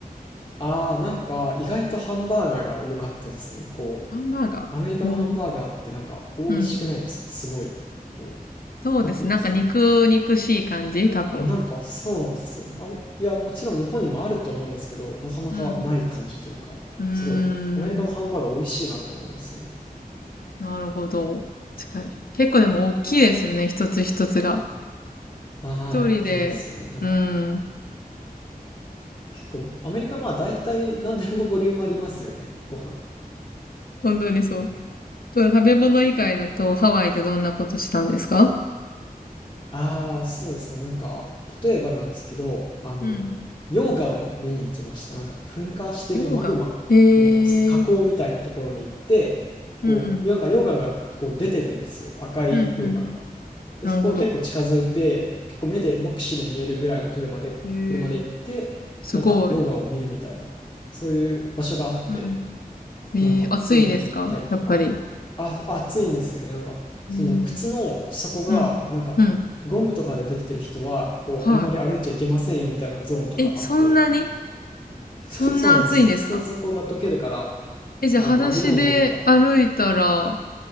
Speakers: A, on the left; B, on the left.
A: ああ、なんか意外とハンバーガーが良かったですね。こう、
B: ハンバーガー。
A: アメリカのハンバーガーってなんか美味しくないですかすごい。
B: うん。うん。
A: こう、
B: そうです。
A: なんていうんですかね。
B: なんか肉肉しい感じ多分。
A: なんかそうなんですよね。あ、いや、もちろん日本にもあると思うんですけど、なかなかない感じというか、
B: うん。うーん。
A: すごい、アメリカのハンバーガー美味しいなって思うんですよね。
B: なるほど。確かに。結構でも大きいですよね。一つ一つが。
A: はい、
B: 一人で。
A: 大きいですよね。なんか、
B: うん。
A: 結構、アメリカまあ大体何でもボリュームありますよね、ご飯。
B: 本当にそう。そう食べ物以外だとハワイでどんなことしたんですか
A: ああ、そうですね。なんか、例えばなんですけど、あの、
B: うん。
A: 溶岩を見に行きました。なんか、噴火してるマグマの、
B: 溶岩。へえー。
A: その火口みたいなところに行って、
B: うんうん。
A: こう、なんか溶岩がこう出てるんですよ。赤い溶岩が。
B: うんうん。
A: で、
B: なるほど。
A: そこを結構近づいて、結構目で、目視で見えるぐらいの距離まで車で行って、
B: へえー。すごい。
A: なんか溶岩を見るみたいな、そういう場所があって、
B: うんうん。えー、
A: なんか、
B: 暑いですかやっぱり。
A: そういうのに行ったりとか、あ、暑いんですよね。なんか、その靴の底が、
B: えーうん。
A: なんか、
B: うん。
A: ゴムとかでできてる人は、こう、
B: は
A: あんまり歩いちゃいけませんよみたいなゾーンとかあって、
B: い。え、そんなに
A: そ、
B: そんな暑いんですか
A: <laughs> そうなんですよ。靴の底が溶けるから、
B: え、じゃあ、
A: あの、
B: 裸足で歩いたら、
A: 危ないよみたいな。